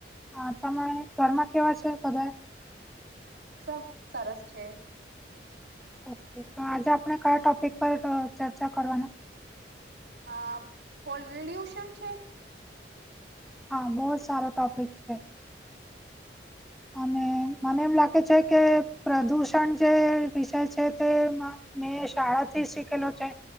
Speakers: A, in the centre; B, on the right (about 65°).
A: આ તમે ઘર માં કેવા છો બધા એ.
B: સબ સરસ છે.
A: ઓકે તો આજે આપણે કયા ટોપિક પર અહ ચર્ચા કરવાના?
B: અહ પોલ્યુશન છે.
A: હા બહુ જ સારો ટોપિક છે.
B: <unintelligible>
A: અને
B: <inaudible>
A: મને એમ લાગે છે, કે પ્રદુષણ જે વિષય છે, તેમાં મેં શાળાથી શીખેલો છે,